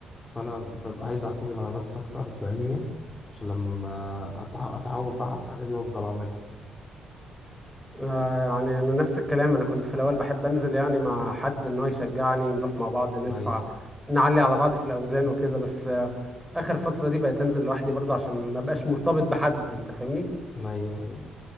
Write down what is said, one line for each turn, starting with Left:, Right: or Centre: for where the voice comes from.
Left: فانا ببقى عايز اعتمد على نفسي اكتر فاهمني عشان لما أتع... اتعود بقى على الحاجه دي وافضل اعملها
Centre: آه يعني انا نفس الكلام انا كنت في الاول بحب انزل يعني مع حد ان هو يشجعني نروح مع بعض نرفع
Left: ايوه
Centre: نعلي على بعض في الاوزان وكده بس آه اخر فترة دي بقيت انزل لوحدي برضه عشان ما بقاش مرتبط بحد انت فاهمني
Left: ايوه ايوه